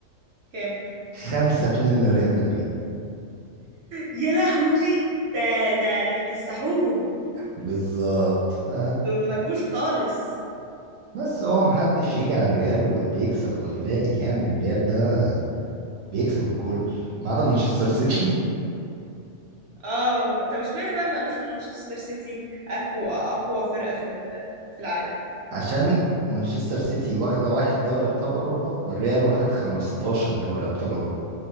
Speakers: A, on the right; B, on the right.
A: كام
B: 5-2 لريال مدريد
A: يا لهوي ده ده ده كسحوهم
B: بالظبط ف
A: دول ما جوش خالص
B: بس هو محدش يجي على الريال وبيكسب خدي بالك يعني الريال ده بيكسب الكل ما عدا مانشستر سيتي <laughs>
A: اه وم- طب اشمعنى بقى ما قالوش ان مانشستر سيتي اقوى اقوى فرقة في ال- في العالم
B: عشان مانشستر سيتي واخدة واحد دوري أبطال أوروبا والريال واخد 15 دوري أبطال أوروبا